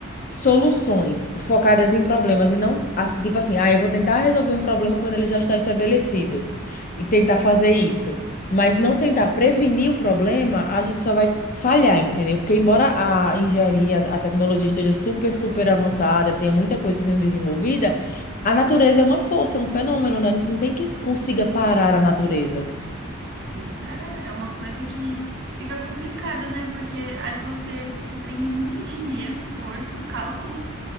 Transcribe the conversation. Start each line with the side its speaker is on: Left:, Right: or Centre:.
Left: soluções focadas em problemas e não, assim, tipo assim, ah, eu vou tentar resolver um problema quando ele já está estabelecido e tentar fazer isso, mas não tentar prevenir o problema, a gente só vai falhar, entendeu? Porque embora a engenharia, a tecnologia esteja super, super avançada, tenha muita coisa sendo desenvolvida, a natureza é uma força, é um fenômeno, né? Não tem quem consiga parar a natureza.
Right: Pois é, é uma coisa que fica complicada, né? Porque aí você desprende muito dinheiro, esforço, cálculo